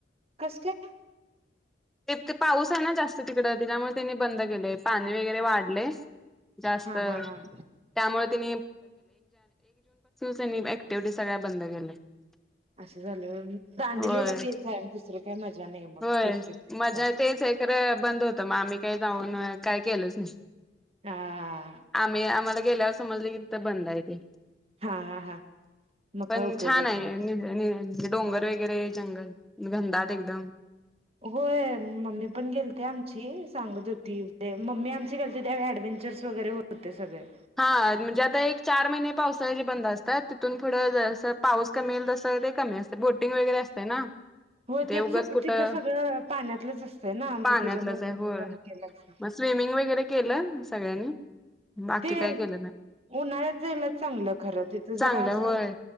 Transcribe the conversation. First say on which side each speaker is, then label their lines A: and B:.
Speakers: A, on the right; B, in the centre.
A: कस काय?
B: ते पाऊस आहे ना, जास्त तिकड त्याच्यामुळे त्यांनी बंद केलंय पाणी वगैरे- त्यामुळे
A: हा हा हा
B: ब के <unintelligible> तनी <unintelligible> क्टिव्हटी सगळ्या बंद केले
A: असं झालं होतं, दांडलेला
B: होय
A: तेच आहे, दुसरं काय मजा नाही मग
B: होय,
A: दुसरं काय
B: मजा
A: कर
B: तेच ए खरं बंद होतं मग आम्ही काही जाऊन काय केलंच नाही.
A: हा
B: आम्ही आम्हाला गेल्यावर समजलं की तीथ बंद आहे तेे.
A: हा हा हा मग
B: पण
A: काय उपयोगच
B: छान आहे
A: नाही.
B: नि- म्हणजे डोंगर वगैरे जंगल घनदााट एकदम-
A: होय मम्मी पण गेलते आमची सांगत होती मम्मी आमची गेलते त्यावेळी वगैरे होते सगळे-
B: हा म्हणजे आता एक चार महिने पावसाळ्याचेे बंद असतात, तिथून पुढं पाऊस कमी येईल तस- ते कमी असते बोटिंग वगैरे असते ना-
A: हो ते
B: उगच
A: तिथं
B: कुठं
A: सगळ पाण्यातलंच असतय ना,
B: पाण्यातलंच
A: त्याच्यामुळे
B: आहे होय
A: ब केलंच-
B: मग स्विमिंग वगैरे केलं सगळ्यांनी- बाकी
A: ते
B: काही केलं नाही.
A: उन्हाळ्यात जायला चांगलं खरं तिथं
B: चांगलं
A: जरा असं-
B: होय